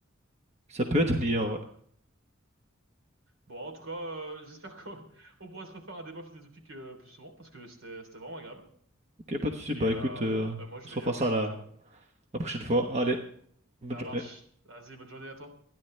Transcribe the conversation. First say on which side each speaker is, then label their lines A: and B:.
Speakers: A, on the right; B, on the right.
A: ça peut être lié, hein, ouais.
B: Bon, en tout cas, euh, j'espère qu'on <laughs> on pourra se refaire un débat philosophique euh, plus souvent parce que c'était c'était vraiment agréable.
A: Ok, pas de soucis,
B: Et
A: bah
B: euh,
A: écoute, euh,
B: euh, moi, je
A: on se
B: vais
A: refera
B: y aller,
A: ça
B: donc
A: la,
B: euh,
A: la prochaine fois. Allez, bonne
B: ça
A: journée.
B: marche. Vas-y, bonne journée à toi.